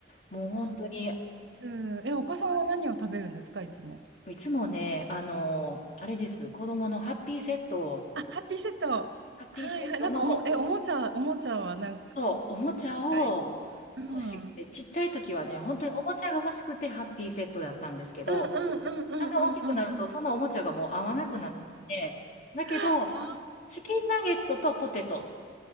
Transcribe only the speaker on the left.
もう本当に、
いつもね、あの、あれです、子供のハッピーセットを、
ハッピーセットの
そう、おもちゃを
欲しくて、
ちっちゃい時はね、本当におもちゃが欲しくてハッピーセットだったんですけど、
だんだん大きくなると、そのおもちゃがもう合わなくなってきて、だけど、
チキンナゲットとポテト